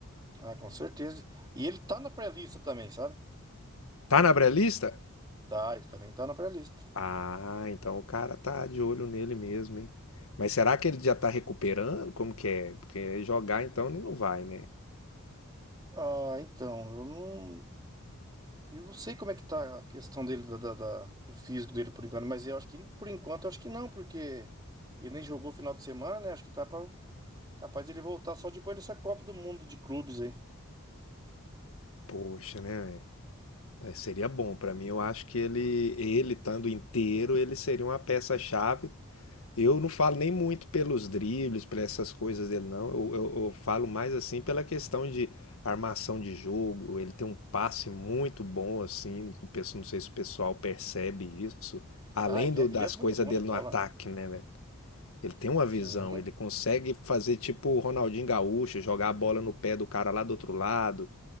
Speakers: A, on the right; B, on the left.
A: Ah, com certeza. E ele tá na pré-lista também, sabe?
B: Tá na pré-lista?
A: Tá, ele também tá na pré-lista.
B: Ah, então o cara tá de olho nele mesmo, hein? Mas será que ele já tá recuperando? Como que é? Porque jogar então ele não vai, né?
A: Ah, então, eu não, eu não sei como é que tá a questão dele, da, da- da- do físico dele por enquanto, mas eu acho que, por enquanto, eu acho que não, porque ele nem jogou final de semana, né? Acho que tá pra, capaz de ele voltar só depois dessa Copa do Mundo de clubes aí.
B: Poxa, né, velho? É, Seria bom pra mim. Eu acho que ele, ele estando inteiro, ele seria uma peça-chave. Eu não falo nem muito pelos dribles, por essas coisas dele, não. Eu, eu, eu falo mais assim pela questão de armação de jogo. Ele tem um passe muito bom, assim. do pe- Não sei se o pessoal percebe isso. Além
A: Ah, ele
B: do-
A: é,
B: das
A: ele é muito
B: coisas
A: bom
B: dele
A: de bola.
B: no ataque, né, velho? Ele tem uma
A: Sim.
B: visão, ele consegue fazer tipo o Ronaldinho Gaúcho, jogar a bola no pé do cara lá do outro lado.